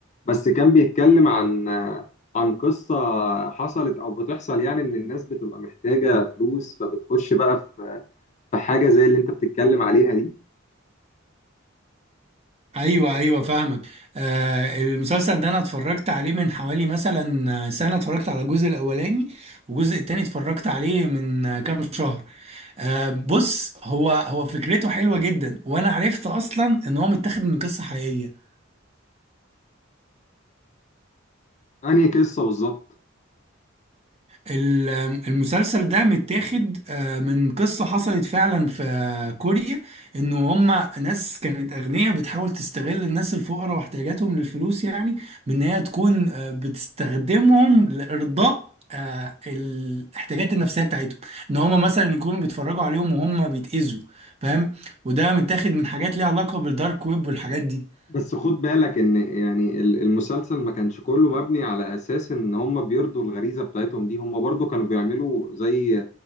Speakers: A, on the left; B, on the right.
A: بس كان بيتكلم عن عن قصه حصلت او بتحصل يعني ان الناس بتبقى محتاجه فلوس فبتخش بقى في في حاجه زي اللي انت بتتكلم عليها دي
B: ايوه ايوه فاهمك آه المسلسل ده انا اتفرجت عليه من حوالي مثلا سنه اتفرجت على الجزء الاولاني والجزء التاني اتفرجت عليه من آه، كام شهر آه بص هو هو فكرته حلوه جدا وانا عرفت اصلا ان هو متاخد من قصه حقيقيه
A: انهي قصه بالظبط
B: ال- المسلسل ده متاخد آه، من قصة حصلت فعلا في كوريا انه هما ناس كانت اغنياء بتحاول تستغل الناس الفقراء واحتياجاتهم للفلوس يعني بان هي تكون آه، بتستخدمهم لارضاء آه، الاحتياجات النفسية بتاعتهم ان هما مثلا يكونوا بيتفرجوا عليهم وهم بيتأذوا فاهم وده متاخد من حاجات ليها علاقة بالدارك ويب والحاجات دي
A: بس خد بالك ان يعني ال- المسلسل ما كانش كله مبني على اساس ان هم بيرضوا الغريزه بتاعتهم دي هم برضو كانوا بيعملوا زي